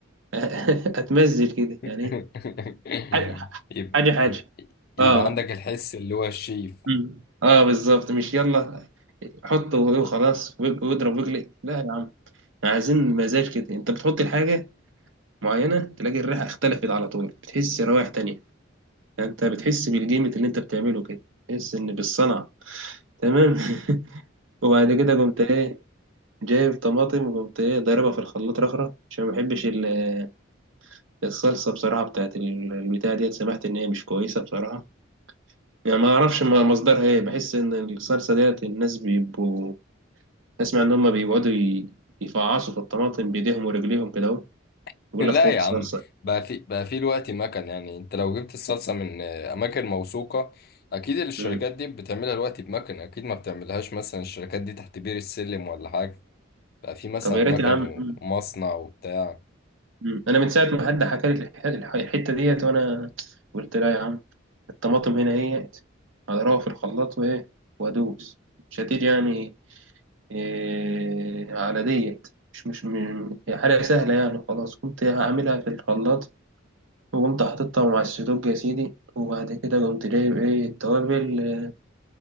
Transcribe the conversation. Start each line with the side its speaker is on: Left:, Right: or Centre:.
Right: <laughs> اتمزج كده
Left: <laughs>
Right: يعني ايه حاجه
Left: يبقى
Right: حاجه حاجة.
Left: يبقى
Right: اه
Left: عندك الحس اللي هو الشيف
Right: مم. اه بالظبط مش يلا حطه وخلاص واضرب واجلق لا يا عم عايزين مزاج كده انت بتحط الحاجه معينه تلاقي الريحه اختلفت على طول بتحس روائح تانية يعني انت بتحس بالجيمة اللي انت بتعمله كده بتحس ان بالصنعه تمام <laughs> وبعد كده قمت ايه جايب طماطم وقمت ايه ضاربها في الخلاط رخرة عشان ما بحبش ال- الصلصه بصراحه بتاعت ال- البتاع ديت سمعت ان هي مش كويسه بصراحه يعني ما اعرفش ما- مصدرها ايه بحس ان الصلصه ديت الناس بيبقوا اسمع ان هم بيقعدوا ي- يفعصوا في الطماطم بايديهم ورجليهم كده اهو
Left: <laughs>
Right: يقول
Left: لا
Right: لك خد
Left: يا عم
Right: صلصه
Left: بقى في بقى في دلوقتي مكن يعني انت لو جبت الصلصه من آه، اماكن موثوقه اكيد الشركات
Right: مم.
Left: دي بتعملها دلوقتي بمكن اكيد ما بتعملهاش مثلا الشركات دي تحت بير السلم ولا حاجه بقى في مثلا
Right: طب يا
Left: مكن
Right: ريت يا عم مم.
Left: ومصنع وبتاع
Right: مم. انا من ساعه ما حد حكى لي الح- الح- الحته ديت وانا قلت لا يا عم الطماطم هنا اهيت هضربها في الخلاط وايه وادوس مش هتيجي يعني إيه على ديت مش مش م- هي حاجه سهله يعني خلاص كنت هعملها في الخلاط وقمت حاططها مع السدوج يا سيدي وبعد كده قمت جايب ايه التوابل آه،